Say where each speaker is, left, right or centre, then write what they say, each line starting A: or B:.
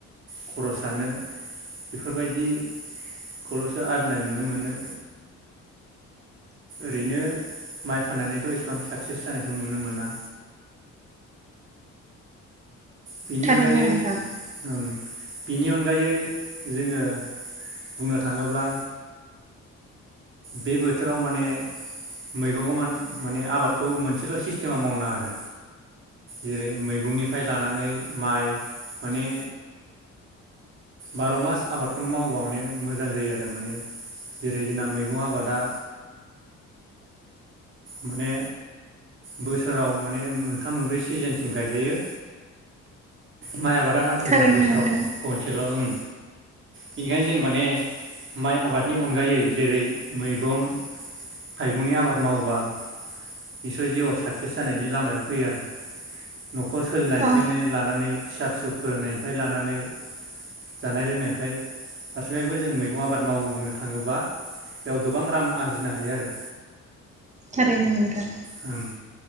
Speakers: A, on the right; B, on the right.
A: खरस जानो बेफोरबायदिखौलसो आरजिनाय नुनो मोनो। ओरैनो माइ फान्नानैथ इसिबां साक्सेस जानायखौ नुनो मोना। बेनि
B: थारैनो
A: अनगायै
B: नोंथां
A: ओम बिनि अनगायै जोङो बुंनो थाङोब्ला। बे बोथोराव माने मैगंखौ मान माने आबादखौ मोनसेल सिस्टेमाव मावना आरो जेरै मैगंनिफ्राय लानानै माइ माने बार मास आबादखौनो मावोबा माने मोजां जायो आरो माने जेरै जोंना मैगं आबादा माने बोसोराव माने मोनथाम मोनब्रै सिजेनसिम गायजायो माइ आबाद दा नाथाय
B: थारैनो
A: जोंना बोसोराव
B: नोंथां
A: खनसेल ओं। बेनिखायनो जों माने माइ आबादनि अनगायै जेरै मैगं थाइगंनि आबाद मावोबा। निसय जिउआव साक्सेस जानायनि लामायाव फैयो आरो। नखर सोलिनायनिफ्रायनो
B: अ
A: लानानै। फिसा फिसौ फोरोंनायनिफ्राय लानानै जानाय लोंनायनिफ्राय फारसेनिफायबो जों मैगं आबाद मावनो थाङोबा बेयाव गोबां रां आरजिनो हायो आरो।
B: थारैनो नोंथां।
A: ओं